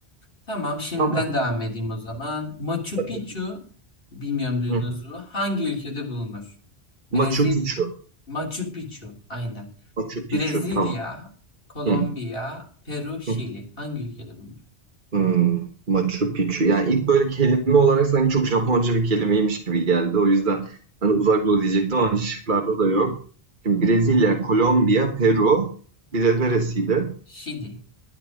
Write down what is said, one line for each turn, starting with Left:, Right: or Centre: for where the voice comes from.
Left: Tamam şimdi
Right: Tamam.
Left: ben devam edeyim o zaman. Machu
Right: Tabii.
Left: Picchu bilmiyorum duydunuz
Right: Hı.
Left: mu? Hangi ülkede bulunur? Brezilya.
Right: Machu Picchu.
Left: Machu Picchu aynen.
Right: Machu
Left: Brezilya,
Right: Picchu. Tamam.
Left: Kolombiya,
Right: Hı.
Left: Peru, Şili.
Right: Hı.
Left: Hangi ülkede bulunur?
Right: Hmm. Machu Picchu. Yani ilk böyle kelime olarak sanki çok Japonca bir kelimeymiş gibi geldi. O yüzden hani uzak doğu diyecektim ama şıklarda da yok. Şimdi Brezilya, Kolombiya, Peru. Bir de neresiydi?
Left: Şili.